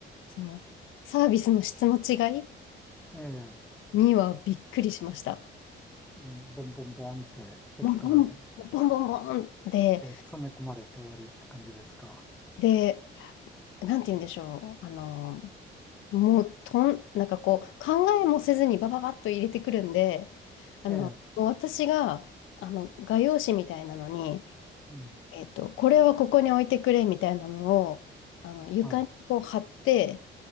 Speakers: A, on the left; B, in the centre.
A: その、サービスの質の違い
B: ええ、ね
A: にはびっくりしました。
B: ボンボンボンって適当に、
A: もう、ボン、ボンボンボンで、
B: で、詰め込まれて終わりって感じですか。
A: で、なんて言うんでしょう。あの、もうとん、なんかこう、考えもせずにバババッと入れてくるんで、あの、
B: ええ、
A: もう私が、あの、画用紙みたいなのに、
B: うん、
A: えっと、これはここに置いてくれみたいなのを、あの、床にこう貼って、
B: はい、